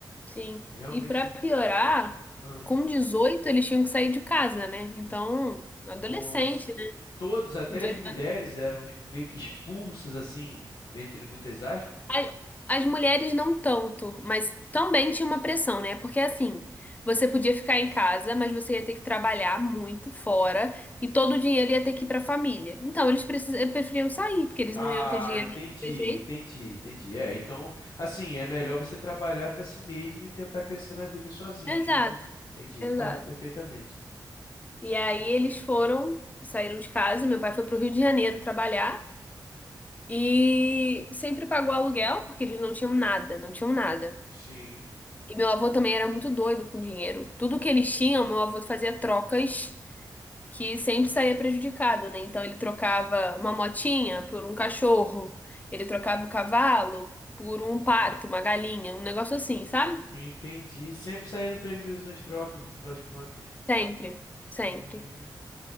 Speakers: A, on the left; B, on the left.
A: Sim.
B: realmente
A: E pra
B: difícil.
A: piorar,
B: Ah,
A: com 18 eles tinham que sair de casa, né? Então, adolescente,
B: nossa,
A: né?
B: todos, até
A: Com 18
B: as mulheres, eram es- meio que expulsas, assim, entre muitas aspas.
A: A- As mulheres não tanto, mas também tinha uma pressão, né? Porque assim, você podia ficar em casa, mas você ia ter que trabalhar muito fora e todo o dinheiro ia ter que ir para a família. Então, eles precis- preferiam sair, porque eles
B: Ah,
A: não iam ter dinheiro
B: entendi,
A: de qualquer jeito.
B: entendi, entendi. É, então, assim, é melhor você trabalhar para si mesmo e tentar crescer na vida sozinho.
A: Exato,
B: do- Entendi,
A: exato.
B: tá, perfeitamente.
A: E aí eles foram, saíram de casa, meu pai foi pro Rio de Janeiro trabalhar e sempre pagou aluguel, porque eles não tinham nada, não tinham nada.
B: Sim,
A: E meu avô também era muito doido com dinheiro. Tudo que eles tinham, meu avô fazia trocas que sempre saía prejudicado, né? Então ele trocava uma motinha por um cachorro, ele trocava o cavalo por um pato, uma galinha, um negócio assim, sabe?
B: entendi. Sempre saindo prejuízo nas trocas, no final das contas.
A: Sempre, sempre.
B: Hum,